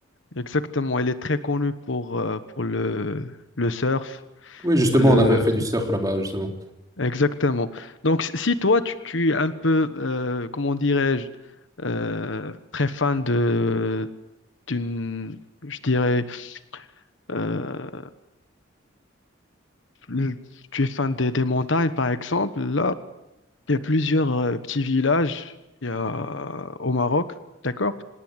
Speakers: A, on the left; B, on the right.
A: Exactement, elle est très connue pour, euh, pour le, le surf.
B: Oui, justement,
A: Le...
B: on avait fait du surf là-bas, justement.
A: Exactement. Donc, s- si toi, tu, tu es un peu, euh, comment dirais-je, euh, très fan de, d'une, je dirais, euh, le- tu es fan des, des montagnes, par exemple, là, Il y a plusieurs euh, petits villages il y a, au Maroc, d'accord?